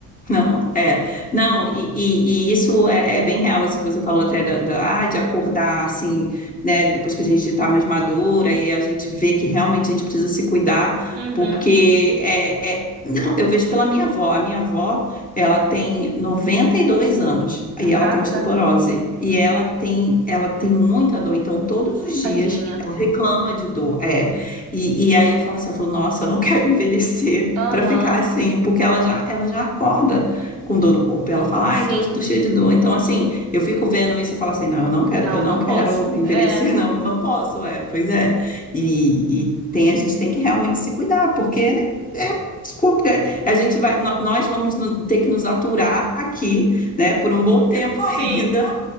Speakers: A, on the left (about 15°); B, on the right (about 80°).
A: Não, é. Não, e, e- e isso é, é bem real, isso que você falou até da, da- ah, de acordar assim, né? Depois que a gente está mais madura e a gente vê que realmente a gente precisa se cuidar,
B: Uhum.
A: porque é, é- não, eu vejo pela minha avó. A minha avó, ela tem 92 anos
B: Caraca.
A: e ela tem osteoporose. E ela tem, ela tem muita dor, então todos os
B: Tadinha.
A: dias ela reclama de dor. É. E, e aí eu falo assim, eu falo, nossa, eu não quero envelhecer
B: Aham.
A: para ficar assim, porque ela já, ela já acorda com dor no corpo. E ela fala,
B: Sim.
A: ai, tô, tô cheia de dor. Então, assim, eu fico vendo isso e falo assim, não, eu não quero,
B: Não,
A: eu não
B: não
A: quero
B: posso.
A: envelhecer,
B: É.
A: <laughs> não, não posso, é, pois é. E, e tem, a gente tem que realmente se cuidar, porque né, é, desculpa, é, a gente vai, nó- nós vamos no- ter que nos aturar aqui, né, por um bom tempo
B: Sim.
A: <laughs> ainda.